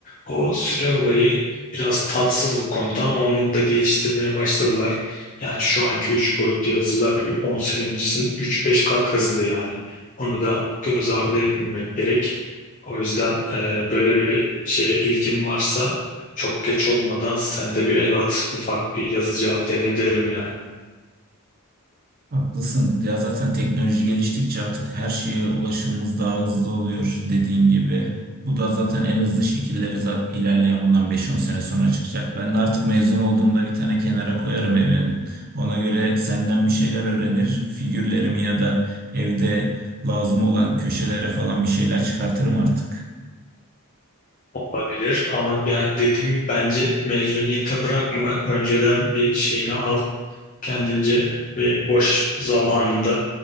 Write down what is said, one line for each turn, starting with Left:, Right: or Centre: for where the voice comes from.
Left: o süre olayı biraz tatsız bu konuda ama onu da geliştirmeye başladılar. Yani şu anki 3 boyutlu yazıcılar bir 10 sene öncesinin üç beş kat hızlı yani. Onu da göz ardı etmemek gerek. O yüzden e, böyle bir şeye ilgin varsa çok geç olmadan sen de bir el at, ufak bir yazıcı al dene derim yani.
Right: Haklısın. Ya zaten teknoloji geliştikçe artık her şeye ulaşımımız daha hızlı oluyor dediğin gibi. Bu da zaten en hızlı şekilleri za- ilerleyen bundan beş on sene sonra çıkacak. Ben de artık mezun olduğumda bir tane kenara koyarım evimin. Ona göre senden bir şeyler öğrenir. Figürlerimi ya da evde lazım olan köşelere falan bir şeyler çıkartırım artık.
Left: Olabilir ama ben dediğim gibi bence mezuniyete bırakma. Önceden bir şeyini al kendince ve boş zamanında